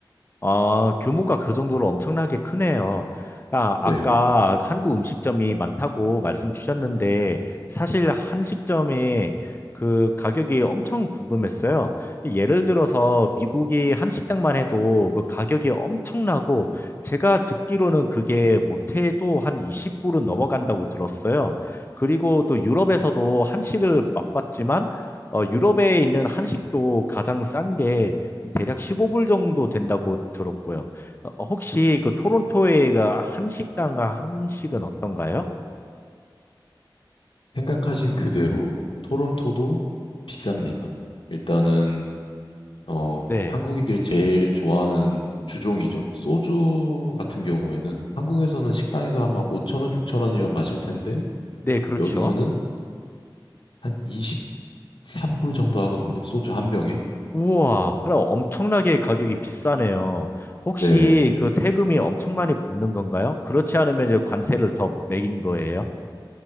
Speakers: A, on the left; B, on the left.
A: 아, 규모가 그 정도로 엄청나게 크네요. 아,
B: 네.
A: 아까 한국 음식점이 많다고 말씀 주셨는데, 사실 한식점의 그 가격이 엄청 궁금했어요. 예를 들어서 미국의 한식당만 해도 그 가격이 엄청나고, 제가 듣기로는 그게 못해도 한 20불은 넘어간다고 들었어요. 그리고 또 유럽에서도 한식을 맛봤지만, 어, 유럽에 있는 한식도 가장 싼 게, 대략 15불 정도 된다고 들었고요. 어, 어, 혹시 그 토론토에가 한식당 한식은 어떤가요?
B: 생각하신 그대로 토론토도 비쌉니다. 일단은 어,
A: 네.
B: 한국인들이 제일 좋아하는 주종이죠. 소주 같은 경우에는 한국에서는 식당에서 하면 5천 원, 6천 원이면 마실 텐데
A: 네, 그렇죠.
B: 여기서는 한 23불 정도 하거든요. 소주 한 병에.
A: 우와, 하나 엄청나게 가격이 비싸네요. 혹시
B: 네.
A: 그 세금이 엄청 많이 붙는 건가요? 그렇지 않으면 이제 관세를 더 매긴 거예요?